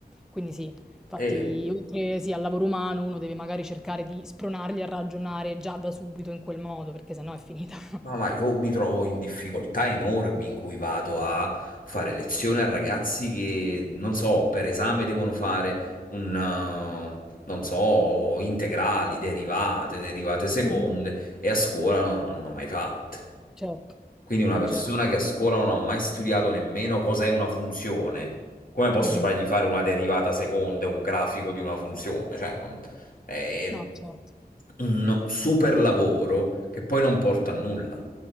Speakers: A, in the centre; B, on the left.
A: Quindi sì, infatti,
B: Eh, E
A: oltre sì, al lavoro umano, uno deve magari cercare di spronarli a ragionare già da subito in quel modo, perché sennò è finita. <laughs>
B: Ma, ma io mi trovo in difficoltà enormi in cui vado a fare lezioni a ragazzi che, non so, per esame devono fare un, eh, non so, integrali, derivate, derivate seconde
A: Mhm.
B: e a scuola non hanno mai fatte.
A: Certo,
B: Quindi una
A: no,
B: persona
A: certo.
B: che a scuola non ha mai studiato nemmeno cos'è una funzione, come posso
A: Mhm.
B: fargli fare una derivata seconda, un grafico di una funzione? Cioè, non- è
A: No, certo.
B: un super lavoro che poi non porta a nulla.